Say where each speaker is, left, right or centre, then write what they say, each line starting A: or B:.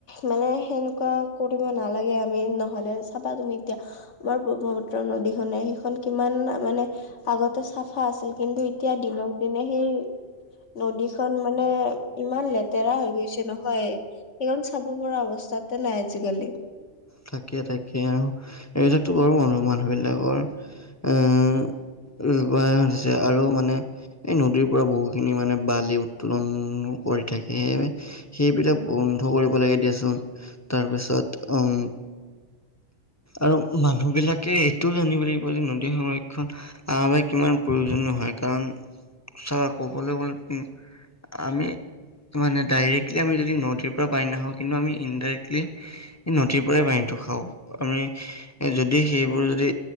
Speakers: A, on the left (about 80°); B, on the left (about 20°).
A: মানে সেনেকুৱা কৰিব নালাগে আমি নহলে, চাবা তুমি এতিয়া আমাৰ ব্ৰহ্মপুত্ৰৰ নদীখনে সেইখন কিমান মানে- আগতে চাফা আছিল, কিন্তু এতিয়া দিনক দিনে সেই- নদীখন মানে ইমান লেতেৰা হৈ গৈছে নহয়। সেইখন চাব পৰা অৱস্থাতে নাই আজিকালি।
B: তাকে তাকে অঁ, এইবিলাকতো বাৰু মানুহ মানুহ বিলাকৰ এ। ৰোবায়া সুধিছে আৰু মানে এই নদীৰ পৰা বহু খিনি মানে বালি উত্তলনো কৰি থাকে সেইবিলাক বন্ধ কৰিব লাগে দিয়াচোন তাৰপিছত অ উম- আৰু মানুহ বিলাকে এইটোও জানিব লাগিব যে, নদী সংৰক্ষণ- আ ভাই কিমান প্ৰয়োজনীয় হয় কাৰণ চা কবলৈ গ'লে আমি মানে ডাইৰেক্টলি আমি যদি নদীৰ পৰা পানী নাখাও কিন্তু আমি ইনডাইৰেক্টলি এই নদীৰ পৰাই পানীতো খাঁও আমি যদি সেইবোৰ যদি